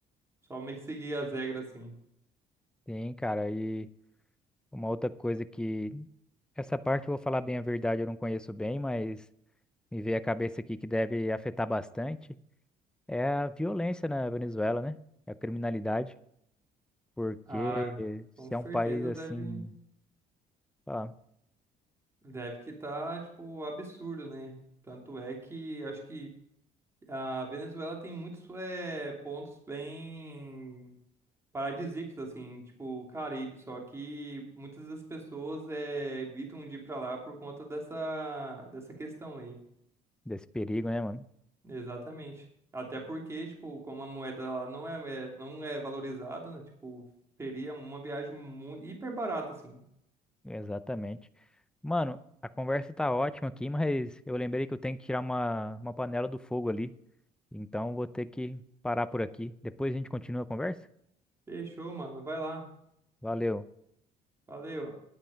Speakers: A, on the right; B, in the centre.
A: só meio que seguir as regras, assim.
B: Sim, cara, e uma outra coisa que essa parte, eu vou falar bem a verdade, eu não conheço bem, mas me veio a cabeça aqui que deve afetar bastante é a violência na Venezuela, né? A criminalidade, porque
A: Ah,
B: se
A: com certeza
B: é um país assim,
A: deve,
B: sei lá,
A: deve que tá, tipo, absurdo, né? Tanto é que acho que. A Venezuela tem muitos eh, pontos bem paradisíacos, assim, tipo o Caribe, só que muitas das pessoas eh, evitam de ir pra lá por conta dessa, dessa questão aí.
B: desse perigo, né, mano?
A: Exatamente. Até porque, tipo, como a moeda lá não é, é- não é valorizada, né? Tipo, seria uma viagem muito, hiper barata, assim.
B: Exatamente. Mano, a conversa tá ótima aqui, mas eu lembrei que eu tenho que tirar uma, uma panela do fogo ali. Então vou ter que parar por aqui. Depois a gente continua a conversa.
A: Fechou, mano. Vai lá.
B: Valeu.
A: Valeu.